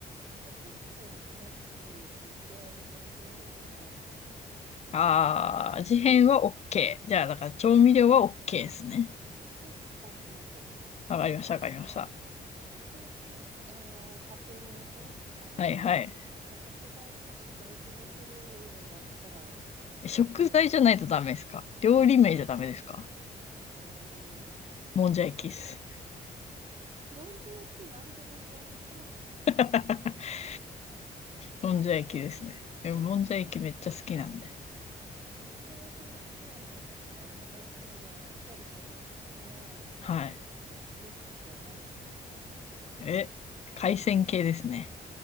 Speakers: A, on the right; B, on the left.
A: あれ結構楽しく続けられる気がするんですよね、味変で。
B: ああ、味変は OK。じゃあ、だから調味料は OK ですね。
A: に一旦しましょう。
B: わかりました、わかりました。
A: っていう、あの、仮定のもと、味変
B: はいはい。
A: OK の食材一つ食べ続けれるんだったら、ん何がいいですか
B: 食材じゃないとダメですか料理名じゃダメですか
A: ちなみに、
B: もんじゃ焼きっす。
A: もんじゃ焼き何でも入れられそう。
B: <laughs> もんじゃ焼きですね。えもんじゃ焼きめっちゃ好きなんで。
A: え、もん、え、もんじゃ焼きが好きなんですかな、え、あの、じゃあ一番好きな、その、
B: はい。
A: ミックスは何なんですか
B: え、海鮮系ですね。